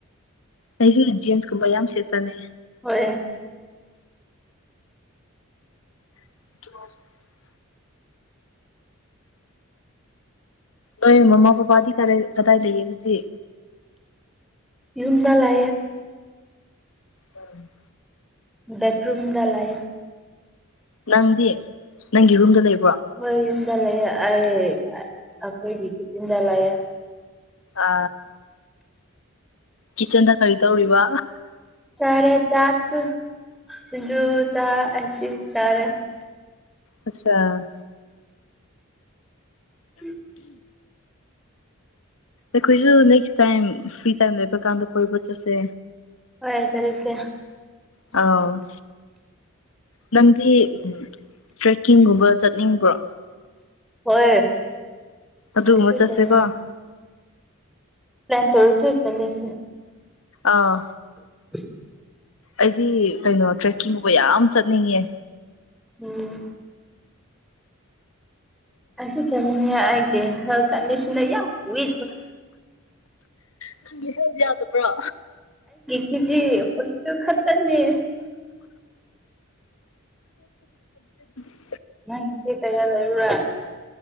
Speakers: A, on the left; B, in the centre.
A: ꯑꯩꯁꯨ ꯖꯟꯁꯀꯨꯝꯕ ꯌꯥꯝ ꯁꯦꯠꯇꯅꯦ
B: ꯍ
A: <inaudible> ꯑꯩꯣꯏ ꯃꯃꯥ ꯄꯥꯄꯥꯗꯤ ꯀ ꯀꯗꯥꯏ ꯂꯩꯌꯦ ꯍꯧꯖꯤꯦ
B: ꯌꯨꯝꯟꯗꯥ ꯂ
A: ꯎꯝ
B: ꯕꯠꯔꯨꯝꯗꯂꯥꯏ
A: ꯅꯪꯗꯤ ꯅꯪꯒꯤ ꯔꯨꯝꯗ ꯂꯩꯕ
B: ꯍꯣꯏ ꯌꯨꯝꯗ ꯂꯩꯥꯛꯑꯦ ꯑꯩ ꯑꯩꯈꯣꯏꯒꯤ ꯌꯨꯝꯗ ꯂꯥꯛꯌꯦꯦ
A: ꯑ ꯀꯤꯠꯆꯟꯗ ꯀꯔꯤ ꯇꯧꯔꯤꯕ
B: ꯆꯔꯦ ꯆꯥꯛꯥꯛ ꯁꯤꯖꯨ ꯆꯥ ꯑꯁꯤ ꯆꯔꯦ
A: ꯑꯆꯥ
B: ꯎꯝ
A: ꯑꯩꯈꯣꯏꯁꯨ ꯅꯦꯛꯁ ꯇꯥꯏꯝ ꯐ꯭ꯔꯤ ꯇꯥꯏꯝ ꯂꯩꯕ ꯀꯥꯟꯗ ꯑꯩꯈꯣꯏ ꯕꯣꯠ ꯆꯠꯁꯦ
B: ꯍꯣꯏ ꯆꯔꯁꯦ
A: ꯑ ꯅꯪꯗꯤ ꯇ꯭ꯔꯦꯛꯀꯤꯡꯒꯨꯝꯕ ꯆꯠꯅꯤꯡꯕ꯭ꯔꯣ
B: ꯍꯣꯏ
A: ꯑꯗꯨꯒꯨꯝꯕ
B: ꯑꯩꯁꯨ
A: ꯆꯠꯁꯦꯀꯣ
B: ꯆꯠꯅꯤ ꯄ꯭ꯂꯥꯟ ꯇꯔꯁꯨꯣꯏ ꯆꯂꯁ
A: ꯑꯥ
B: <unintelligible>
A: ꯑꯩꯗꯤ ꯀꯩꯅꯣ ꯇ꯭ꯔꯦꯛꯀꯤꯡꯒꯕ ꯌꯥꯝ ꯆꯠꯅꯤꯡꯉꯦ
B: ꯑꯣꯝ ꯑꯁ ꯆꯅꯤꯅꯦꯒꯦ ꯀꯟꯗꯤꯁꯟ ꯑꯣꯏ
A: ꯅꯪꯒꯤ ꯍꯧꯗꯤ ꯌꯥꯗꯕ꯭ꯔꯣ
B: ꯀꯖꯤ ꯐ ꯈꯠꯇꯔꯅꯤ
A: ꯑ
B: ꯉ ꯇꯩꯔ ꯍꯥꯏꯥꯏꯔ